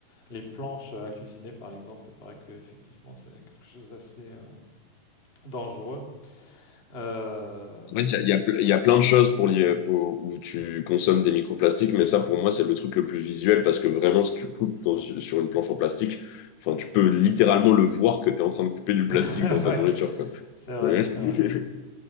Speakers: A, on the left; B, on the left.
A: Les planches euh, à cuisiner, par exemple, il paraît qu'effectivement, c'est quelque chose d'assez euh, dangereux. Euh,
B: En fait, il y a, il y a ple-
A: ouais,
B: il y a plein de choses pour, l'y- pour- où tu
A: mm,
B: consommes des microplastiques, mais ça, pour moi, c'est le truc le plus visuel parce que vraiment, si tu coupes dans- sur une planche en plastique, enfin,
A: ouais.
B: tu peux littéralement le voir que tu es en train de couper du
A: <laughs>
B: plastique dans ta
A: Ouais,
B: nourriture, quoi.
A: c'est vrai,
B: Ouais.
A: c'est
B: <laughs>
A: vrai.